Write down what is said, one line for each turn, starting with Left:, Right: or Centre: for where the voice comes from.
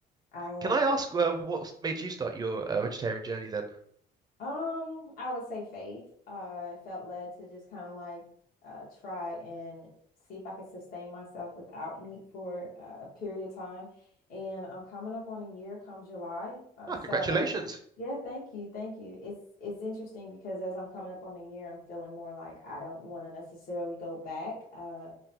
Left: I am.
Right: Can I ask uh, what made you start your uh, vegetarian journey then?
Left: Um, I would say faith. Uh, I felt led to just kind of like uh try and see if I could sustain myself without meat for uh, a period of time. And I'm coming up on a year come July. Uh,
Right: Ah,
Left: so
Right: congratulations.
Left: yeah, thank you, thank you. It's it's interesting because as I'm coming up on the year, I'm feeling more like I don't want to necessarily go back. Uh,